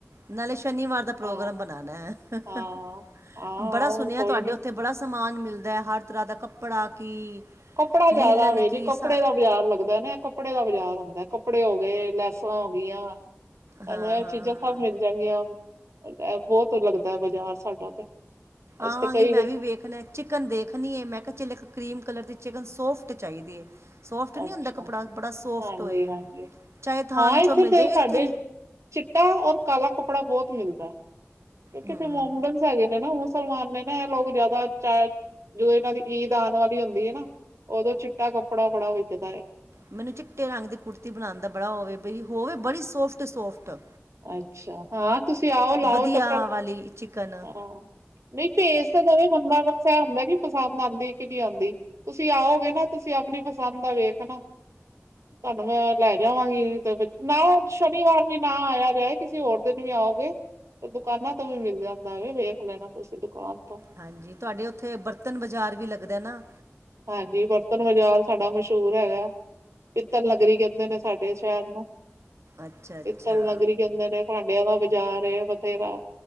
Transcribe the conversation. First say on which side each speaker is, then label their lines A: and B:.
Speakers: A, on the right; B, on the right.
A: ਨਾਲੇ ਸ਼ਨੀਵਾਰ ਦਾ ਪ੍ਰੋਗਰਾਮ
B: ਹਾਂ
A: ਬਣਾਣਾ ਹਾਹਾ।
B: ਹਾਂ ਹਾਂ
A: ਬੜਾ
B: ਉਹ
A: ਸੁਣਿਆ
B: ਕੋਈ
A: ਤੁਆਡੇ
B: ਨੀ
A: ਓਥੇ- ਬੜਾ ਸਮਾਨ ਮਿਲਦਾ, ਹਰ ਤਰ੍ਹਾਂ ਦਾ ਕੱਪੜਾ ਕੀ-
B: ਕੱਪੜਾ
A: ਲੀਲਨ
B: ਜਾਦਾ ਵੇ
A: ਕੀ
B: ਜੀ, ਕੱਪੜੇ
A: ਸਾਰਾ
B: ਦਾ ਬਾਜ਼ਾਰ ਲੱਗਦਾ ਨਾ। ਕੱਪੜੇ ਦਾ ਬਾਜ਼ਾਰ ਹੁੰਦਾ। ਕੱਪੜੇ ਹੋ ਗੇ, ਲੈਸਾਂ ਹੋ ਗੀਆਂ। ਤਾਨੂੰ
A: ਹਾਂ
B: ਐ
A: ਹਾਂ
B: ਚੀਜ਼ਾਂ ਸਭ ਮਿਲਦੀ- ਜਾਣਗੀਆਂ। ਐ ਬੋਤ ਲੱਗਦਾ ਬਾਜ਼ਾਰ ਸਾਡਾ ਤੇ। ਅਸੀਂ
A: ਆਵਾਂਗੀ
B: ਤੇ ਕਈ
A: ਮੈਂ ਵੀ ਵੇਖਣਾ। ਚਿਕਨ ਦੇਖਣੀ ਏ, ਮੈਂ ਕਿਆ ਚੱਲ ਇੱਕ ਕ੍ਰੀਮ ਕਲਰ ਦੀ ਚਿਕਨ ਸੋਫਟ ਚਾਈਦੀ ਏ। ਸੋਫਟ ਨੀ
B: ਅੱਛਾ,
A: ਹੁੰਦਾ ਕੱਪੜਾ ਬੜਾ ਸੋਫਟ
B: ਹਾਂਜੀ-ਹਾਂਜੀ,
A: ਓਏ, ਚਾਅ ਥਾਣ
B: ਹਾਂ
A: ਚੋਂ
B: ਇੱਥੇ
A: ਮਿਲ
B: ਤੇ
A: ਜੇ।
B: ਸਾਡੇ
A: ਏਥੇ
B: ਚਿੱਟਾ ਔਰ ਕਾਲਾ ਕੱਪੜਾ ਬੋਤ ਮਿਲਦਾ, ਕਿਉਂਕਿ
A: ਹੂੰ
B: ਏਥੇ ਮੋਮਡਨ ਹੈਗੇ ਨੇ ਨਾ ਓ ਸਾ- ਮੁਸਲਮਾਨ ਨੇ ਨਾ, ਐ ਲੋਗ ਜਾਦਾ ਚਾਏ- ਜਦੋਂ ਏਨਾਂ ਦੀ ਈਦ ਆਣ ਵਾਲੀ ਹੁੰਦੀ ਏ ਨਾ, ਓਦੋਂ ਚਿੱਟਾ ਕੱਪੜਾ ਬੜਾ ਵਿਕਦਾ ਏ।
A: ਮੈਨੂੰ ਚਿੱਟੇ ਰੰਗ ਦੀ ਕੁੜਤੀ ਬਣਾਣ ਦਾ ਬੜਾ ਓ ਵੇ, ਬਈ ਹੋਵੇ ਬੜੀ ਸੋਫਟ ਸੋਫਟ।
B: ਅੱਛਾ। ਹਾਂ ਤੁਸੀਂ ਆਓ ਲਾਓ
A: ਵਧੀਆ
B: ਚੱਕਰ,
A: ਵਾਲੀ ਚਿਕਨ
B: ਹਾਂ। ਨਈ ਭੇਜ ਤਾਂ ਦਵੇ ਬੰਦਾ, ਬਸ ਐ ਹੁੰਦਾ ਕੀ ਪਸੰਦ ਆਂਦੀ ਕੀ ਨਈ ਆਂਦੀ। ਤੁਸੀਂ ਆਓਗੇ ਨਾ ਤੁਸੀਂ ਆਪਣੀ ਪਸੰਦ ਦਾ ਵੇਖਨਾ। ਤਾਨੂੰ ਮੈਂ ਲੈ ਜਾਵਾਂਗੀ ਤੇ ਵਿੱਚ, ਨਾ ਸ਼ਨੀਵਾਰ ਵੀ ਨਾ ਆਇਆ। ਚਾਏ ਕਿਸੀ ਹੋਰ ਦਿਨ ਵੀ ਆਓਗੇ ਤੇ ਦੁਕਾਨਾਂ ਤੋਂ ਵੀ ਮਿਲ ਜਾਂਦਾ ਵੇ, ਵੇਖ ਲੈਣਾ ਤੁਸੀਂ ਦੁਕਾਨ ਤੋਂ।
A: ਹਾਂਜੀ ਤੁਆਡੇ ਓਥੇ ਬਰਤਨ ਬਾਜ਼ਾਰ ਵੀ ਲੱਗਦਾ ਨਾ।
B: ਹਾਂਜੀ ਬਰਤਨ ਬਾਜ਼ਾਰ ਸਾਡਾ ਮਸ਼ਹੂਰ ਹੈਗਾ। ਪਿੱਤਲ ਨਗਰੀ ਕੈਂਦੇ ਨੇ ਸਾਡੇ ਸੈ਼ਰ ਨੂੰ,
A: ਅੱਛਾ ਅੱਛਾ
B: ਪਿੱਤਲ ਨਗਰੀ ਕੈਂਦੇ ਨੇ। ਭਾਂਡਿਆਂ ਦਾ ਬਾਜ਼ਾਰ ਏ ਬਥੇਰਾ।